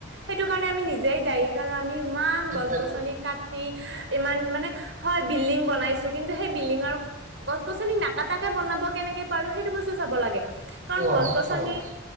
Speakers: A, on the right (about 65°); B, on the right (about 40°).
A: সেইটো কাৰণে আমি নিজেই দায়ী কাৰ আমি ইমান
B: সেইটোৱেতো
A: গছ গছনি কাটি ইমান মানে হয় বিল্ডিং বনাইছো কিন্তু সেই বিল্ডিঙৰ গছ গছনি নাকাটাকে বনাব কেনেকে পাৰো সেইটো বস্তু চাব লাগে
B: সেইটো
A: কাৰণ
B: অ
A: গছ
B: সেইটো
A: গছনি
B: চাব লাগে